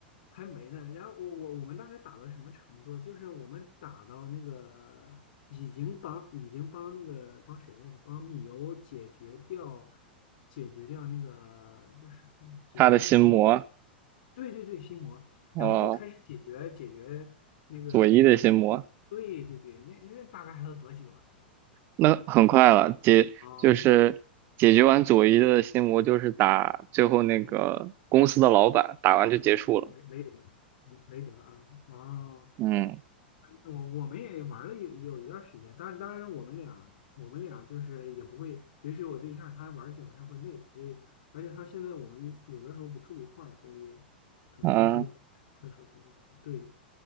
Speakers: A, on the left; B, on the right.
A: 还没呢。然后我我我们大概打到什么程度？就是我们打到那个已经帮已经帮那个帮谁来着？帮米欧解决掉解决掉那个叫啥来着？解决掉
B: 他的心魔，
A: 对对对心魔，
B: 哦，
A: 然后就开始解决解决那个
B: 佐伊的心魔。
A: 对对对，那那大概还有多久啊？那
B: 那很快了，解就是解决完佐伊的心魔，
A: 哦，
B: 就是打最后那个公司的老板，打完就结束了。
A: 雷雷雷德，啊嗯雷德啊，哦。
B: 嗯
A: 我我们也玩了有有一段时间，当当然我们俩我们俩就是也不会，尤其是我对象他玩久了他会累，所以而且他现在我们有的时候不住一块儿，所以可能只有快手块儿的时候才会玩。
B: 啊，
A: 对，